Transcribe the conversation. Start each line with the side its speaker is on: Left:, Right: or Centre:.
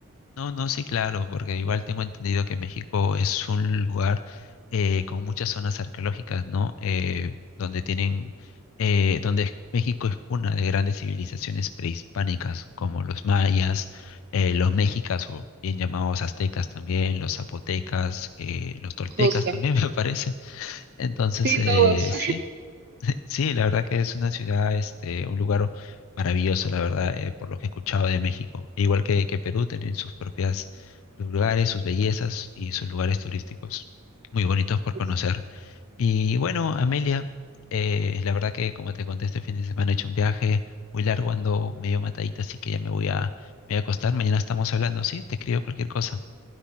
Left: No, no, sí, claro, porque igual tengo entendido que México es un lugar eh, con muchas zonas arqueológicas, ¿no? Eh, donde tienen, eh, donde es- México es cuna de grandes civilizaciones prehispánicas, como los mayas, eh, los mexicas, o bien llamados aztecas también, los zapotecas, eh, los toltecas
Right: justo.
Left: también <laughs> me parece. Entonces,
Right: Sí,
Left: eh,
Right: todos.
Left: sí, Sí, la verdad que es una ciudad, este, un lugar maravilloso, la verdad, eh, por lo que he escuchado de México. Igual que, que Perú, tienen sus propias lugares, sus bellezas y sus lugares turísticos muy bonitos por
Right: <laughs>
Left: conocer. Y bueno, Amelia, eh, la verdad que como te conté este fin de semana he hecho un viaje muy largo, ando medio matadita, así que ya me voy a, me voy a acostar. Mañana estamos hablando, ¿sí? Te escribo cualquier cosa.